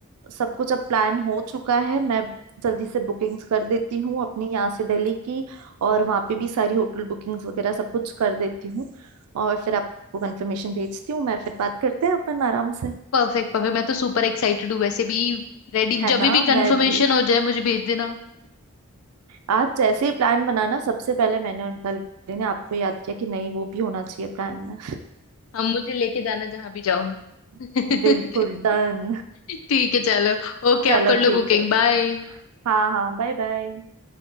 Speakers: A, on the right; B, on the left.
A: सब कुछ अब प्लान हो चुका है मैं जल्दी से बुकिंग्स कर देती हूँ अपनी यहाँ से दिल्ली की और वहाँ पे भी सारी होटल बुकिंग्स वगैरह सब कुछ कर देती हूँ और फिर आपको कंफर्मेशन भेजती हूँ मैं फिर बात करते हैं अपन आराम से
B: परफेक्ट परफेक्ट मैं तो सुपर एक्साइटेड हूँ वैसे भी रेडी
A: है
B: जब
A: ना
B: भी कंफर्मेशन
A: मैं भी
B: हो जाए मुझे भेज देना
A: आज जैसे ही प्लान बनाना सबसे पहले मैंने और मिताली ने आपको याद किया कि नहीं वो भी होना चाहिए प्लान में
B: हम मुझे लेके जाना जहां भी जाओ
A: <laughs>
B: <laughs>
A: बिल्कुल डन
B: ठीक है चलो
A: <laughs>
B: ओके
A: चलो
B: आप कर लो
A: ठीक
B: बुकिंग
A: है
B: बाय
A: हाँ हाँ बाय बाय